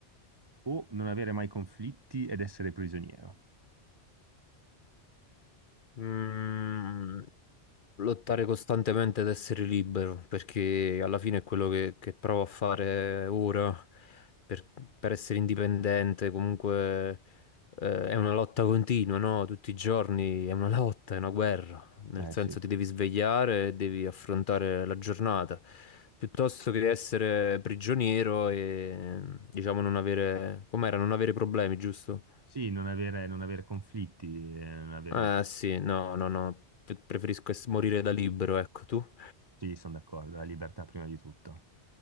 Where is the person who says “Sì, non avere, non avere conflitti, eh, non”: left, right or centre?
Right